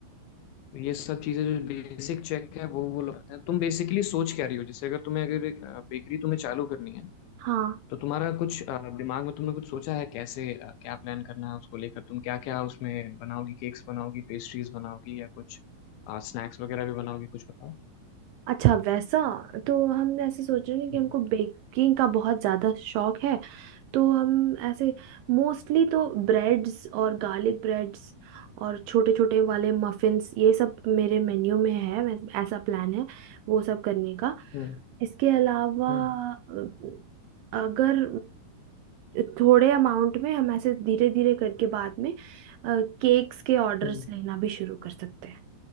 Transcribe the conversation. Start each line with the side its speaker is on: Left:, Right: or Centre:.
Left: तो ये सब चीजें जो बेसिक चेक है वो वो लगता है तुम बेसिकली सोच क्या रही हो जैसे अगर तुम्हें अगर एक बेकरी तुम्हें चालू करनी है
Right: हाँ
Left: तो तुम्हारा कुछ अ, दिमाग में तुमने कुछ सोचा है कैसे अ, क्या प्लान करना है उसको लेकर तुम क्या क्या उसमें बनाओगी केक्स बनाओगी पेस्ट्रीज बनाओगी या कुछ स्नैक्स वगैरह भी बनाओगी कुछ बताओ
Right: अच्छा वैसा तो हम ऐसे सोच रहे हैं कि
Left: हम्म
Right: हमको बेकिंग का बहुत ज़्यादा शौक है तो हम ऐसे मोस्टली तो ब्रेड्स और गार्लिक ब्रेड्स और छोटे छोटे वाले मफिन्स ये सब मेरे मेन्यू में है वैस- ऐसा प्लान है वो सब करने का
Left: हम्म
Right: इसके अलावा
Left: हम्म
Right: अ, अगर अ, थोड़े अमाउंट में हम ऐसे धीरे धीरे करके बाद में केक्स के ऑर्डर्स
Left: हम्म।
Right: लेना भी शुरू कर सकते हैं